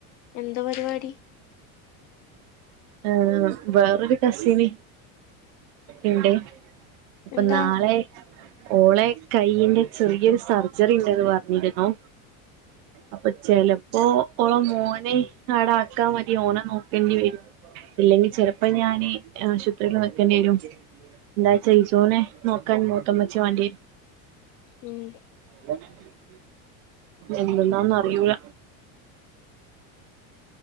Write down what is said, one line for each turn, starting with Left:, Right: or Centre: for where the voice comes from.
Left: എന്താ പരിപാടി
Right: ആഹ് വേറൊരു കസിന് ഉണ്ട് അപ്പം
Left: എന്താ
Right: നാളെ ഓളെ കൈയിന്റെ ചെറിയൊരു സർജറി ഇൻണ്ട്ന്ന് പറഞ്ഞിരുന്നു. അപ്പൊ ചിലപ്പോ ഓള മോനെ ആട ആക്കാ മതി ഓനെ നോക്കണ്ടി വരും ഇല്ലെങ്കിൽ ചെലപ്പം ഞാന് ആശുപത്രിൽ നിക്കണ്ടി വരും എന്തായ്ച്ചാ ഇസൂനെ നോക്കാൻ മൂത്തമ്മച്ച്ചി വാണ്ടിയേ
Left: ഉം
Right: <unintelligible> എന്തന്നാന്ന് അറിയൂല